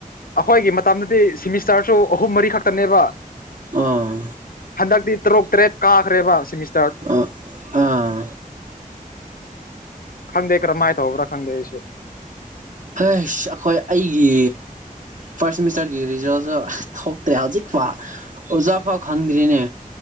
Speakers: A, on the left (about 75°); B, on the right (about 60°).
A: ꯑꯩꯈꯣꯏꯒꯤ ꯃꯇꯝꯗꯗꯤ ꯁꯤꯃꯤꯁꯇꯔꯁꯨ ꯑꯍꯨꯝ ꯃꯔꯤ ꯈꯛꯇꯅꯦꯕ
B: ꯑꯥ
A: ꯍꯟꯗꯛꯇꯤ ꯇꯔꯨꯛ ꯇꯔꯦꯠ ꯀꯥꯈ꯭ꯔꯦꯕ ꯁꯤꯃꯤꯁ
B: ꯑꯥ ꯑꯥ
A: ꯈꯪꯗꯦ ꯀꯔꯝꯍꯥꯏꯅ ꯇꯧꯕ꯭ꯔꯥ ꯈꯪꯗꯦ ꯑꯩꯁꯨ
B: ꯍꯥꯢ ꯑꯩꯈꯣꯏ ꯑꯩꯒꯤ ꯐꯥꯔꯁ ꯁꯤꯃꯤꯁꯇꯔꯒꯤ ꯔꯤꯖꯜꯁꯨ ꯊꯣꯛꯇꯦ ꯍꯧꯖꯤꯛ ꯐꯥꯎ ꯑꯣꯖꯥ ꯐꯥꯎ ꯈꯪꯗ꯭ꯔꯤꯅꯦ